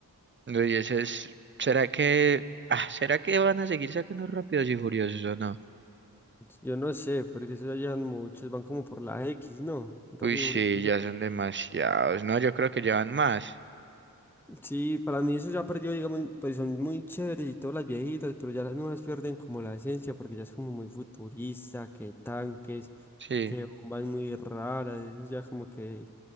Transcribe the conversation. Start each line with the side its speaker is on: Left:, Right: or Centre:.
Right: no y ese es, ¿será que, ah, ¿será que van a seguir sacando Rápidos y Furiosos o no?
Centre: Yo no sé, porque eso ya llevan muchos, van como por la X, ¿no? Rápido
Right: Uy, sí,
Centre: y Furioso
Right: ya son demasiados. No, yo creo que llevan más.
Centre: Sí, para mí eso ya perdió, digamos, pues son muy chéveres y todas las viejitas, pero ya las nuevas pierden como la esencia porque ya es como muy futurista, que tanques,
Right: Sí,
Centre: que bombas muy raras, eso ya como que,